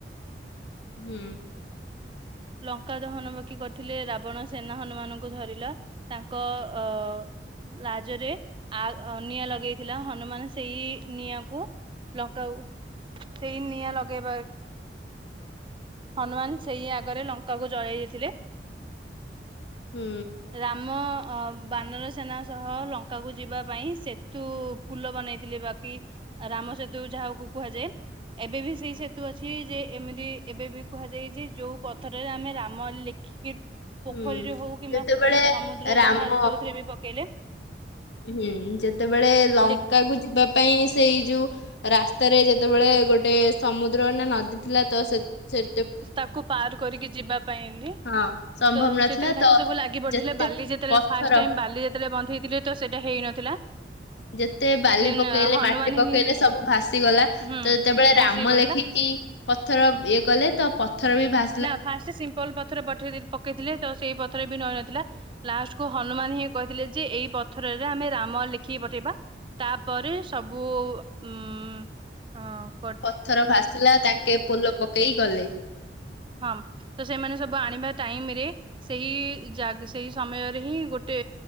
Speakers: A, on the left; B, on the right.
A: ହୁଁ।
B: ଲଙ୍କା ଦହନ ବାକି କରିଥିଲେ ରାବଣ ସେନା ହନୁମାନଙ୍କୁ ଧରିଲା। ତାଙ୍କ ଅ ଲାଜ ରେ ଆ, ନିଆଁ ଲଗେଇଥିଲା ହନୁମାନ ସେଇ ନିଆଁକୁ ଲଙ୍କାଉ ସେଇ ନିଆଁ ଲଗେଇବା ହନୁମାନ ସେଇ ଆଗରେ ଲଙ୍କା କୁ ଜଳେଇ ଦେଇଥିଲେ।
A: ହୁଁ।
B: ରାମ ଅ ବାନର ସେନା ସହ ଲଙ୍କା କୁ ଯିବା ପାଇଁ ସେତୁ ପୁଲ ବନେଇଥିଲେ ବାକି ରାମ ସେତୁ ଯାହାକୁ କୁହାଯାଏ। ଏବେ ବି ସେଇ ସେତୁ ଅଛି, ଯେ ଏମିତି ଏବେ ବି କୁହାଯାଇ ଯେ, ଯୋଉ ପଥର ରେ ଆମେ ରାମ ଲେଖିକି
A: ହୁଁ
B: ପୋଖରୀରେ ହଉ କିମ୍ବା
A: ଯେତେବେଳେ
B: ସମୁଦ୍ର
A: ରାମ
B: ଯାହା ଯୋଉଥିରେ ବି ପକେଇଲେ
A: ହୁଁ, ଯେତେବେଳେ ଲଙ୍କା
B: ଲେ
A: କୁ ଯିବା ପାଇଁ ସେଇ ଯଉ ରାସ୍ତାରେ ଯେତେବେଳେ ଗୋଟେ ସମୁଦ୍ର ନା ନଦୀ ଥିଲା ତ ସେ ସେ
B: ତାକୁ ପାର କରିକି ଯିବା ପାଇଁଲି
A: ହଁ ସମ୍ଭବ
B: ତ,
A: ନଥିଲା
B: ସେଥିରେ ତାଙ୍କୁ
A: ତ
B: ସବୁ ଲାଗି ପଡ଼ିଥିଲେ
A: ଯେତେ
B: ବାଲି ଯେ ଯେତେବେଳେ
A: ପଥର
B: ଫାଷ୍ଟ ଟାଇମ୍ ବାଲି ଯେତେଳେ ବନ୍ଧେଇ ଥିଲେ ତ ସେଇଟା ହେଇନଥିଲା।
A: ଯେତେ ବାଲି
B: ଦେନ୍
A: ପକେଇଲେ,
B: ହନୁମାନ
A: ମାଟି ପକେଇଲେ
B: ହିଁ
A: ସବୁ ଭାସି ଗଲା।
B: ହୁଁ
A: ତ, ଯେତେବେଳେ
B: ଭାସି
A: ରାମ
B: ପଳେଇଲା
A: ଲେଖିକି ପଥର ଇଏ କଲେ ତ ପଥର ବି ଭା
B: ନା, ଫାଷ୍ଟ ସିମ୍ପଲ ପଥର ପଠେଇ ଦେଇ ପକେଇଥିଲେ ତ ସେଇ ପଥର ବି ନଇନଥିଲା। ଲାଷ୍ଟକୁୁ ହନୁମାନ ହିଁ କହିଥିଲେ ଯେ, ଏଇ ପଥରରେ ଆମେ ରାମ ଲେଖିକି ପଠେଇବା। ତାପରେ ସବୁ ଉମ୍ ହଁ।
A: ପଥର ଭାସିଲା ତାଙ୍କେ ପୋଲ ପକେଇ ଗଲେ।
B: ହଁ, ତ ସେମାନେ ସବୁ ଆଣିବା ଟାଇମ ରେ ସେଇ ଜାଗ ସେଇ ସମୟରେ ହିଁ, ଗୋଟେ